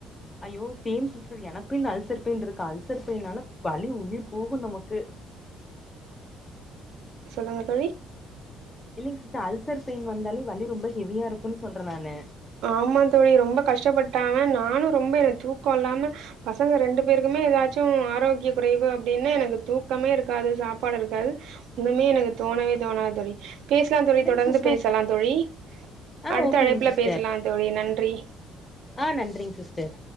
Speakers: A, on the left (about 15°); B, on the right (about 75°).
A: ஐயோ சேம் சிஸ்டர் எனக்கு இந்த அல்சர் பெயின்ருக்கு அல்சர்ப் பெயினாலா வலி உயிர் போகு நமக்கு
B: சொல்லுங்க தோழி
A: இல்லிங் சிஸ்ட அல்சர் பெயின் வந்தாலே வலி ரொம்ப ஹெவியாருக்குன் சொல்ற நானு
B: ஆமாந் தோழி ரொம்பக் கஷ்டபட்டா நானு ரொம்ப எனக் தூக்கோ இல்லாம பசங்க ரெண்டு பேருக்குமே எதாச்சு ஆரோக்ய குறைவு அப்டின்னா எனக்கு தூக்கமே இருக்காது சாப்பாட இருக்காது இன்னுமே எனக்கு தோணவே தோணாத் தோழி பேசலாந் தோழி
A: இல்லைங்க
B: தொடர்ந்து
A: சிஸ்டர்
B: பேசலாந் தோழி
A: ஆ
B: அடுத்த
A: ஓகேங்க
B: அழைப்பில
A: சிஸ்டர்
B: பேசலாந் தோழி நன்றி
A: ஆ நன்றிங் சிஸ்டர்